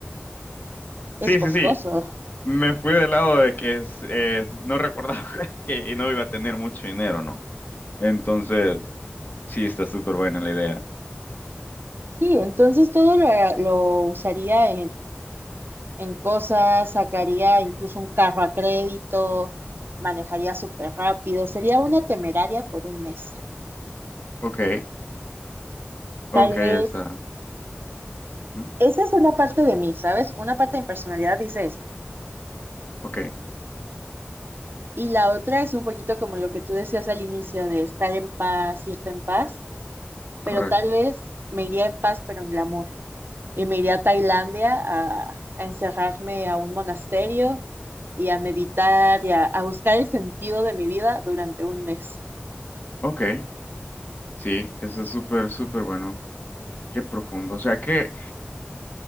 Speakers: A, on the left; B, on the right.
A: sí,
B: es costoso.
A: sí, sí. Me fui del lado de que es- eh, no recordaba <laughs> que no iba a tener mucho dinero, ¿no? Entonces, sí, está súper buena la idea.
B: Sí, entonces todo lo, lo usaría en cosas, sacaría incluso un carro a crédito, manejaría súper rápido, sería una temeraria por un mes.
A: Ok,
B: Tal
A: ok, ya
B: vez
A: está. ¿Mm?
B: esa es una parte de mí, ¿sabes? Una parte de mi personalidad dice eso.
A: Ok,
B: Y la otra es un poquito como lo que tú decías al inicio de estar en paz, irte en paz,
A: correcto.
B: pero tal vez me iría en paz, pero en glamour. Y me iría a Tailandia a, a encerrarme a un monasterio y a meditar y a, a buscar el sentido de mi vida durante un mes.
A: Ok, sí, eso es súper, súper bueno. Qué profundo. O sea que